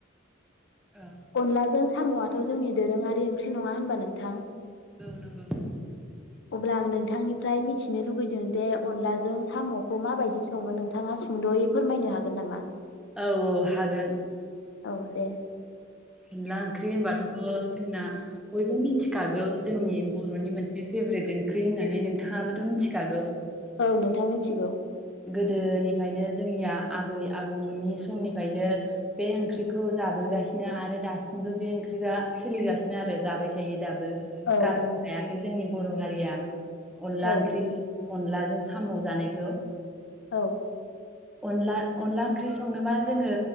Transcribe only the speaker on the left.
अनला जों साम'आथ' जोंनि दोरोङारि ओंख्रि नङा होनबा नोंथां
अब्ला आं नोंथांनिफ्राय मिथिनो लुगैदों दे अनलाजों साम'खौ माबायदि बिदि सङो नोंथाङा सुंद'यै फोरमायनो हागोन होगोन नामा
औ दे
औ नोंथां मिथिगौ
औ
औ
औ